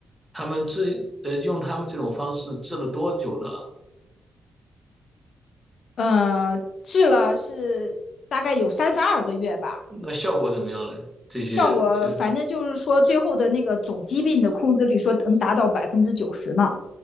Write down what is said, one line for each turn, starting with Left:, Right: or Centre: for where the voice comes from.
Right: 他们治呃用他们这种方式治了多久呢？
Left: 呃，治了是大概有三十二个月吧。
Right: 那效果怎么样嘞？这些这
Left: 效果反正就是说最后的那个总疾病的控制率说能达到百分之九十呢。